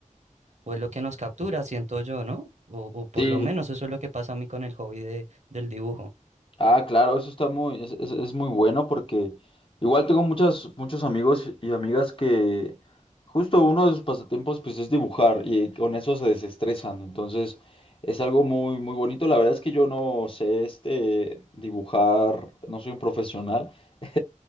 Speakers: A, on the right; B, on the left.
A: o es lo que nos captura, siento yo, ¿no? O, o por
B: Sí,
A: lo menos eso es lo que pasa a mí con el hobby de, del dibujo.
B: Ah, claro, eso está muy, es, es- es muy bueno porque igual tengo muchas, muchos amigos y amigas que justo uno de sus pasatiempos pues es dibujar y con eso se desestresan. Entonces es algo muy, muy bonito. La verdad es que yo no sé este dibujar, no soy un profesional. <laughs>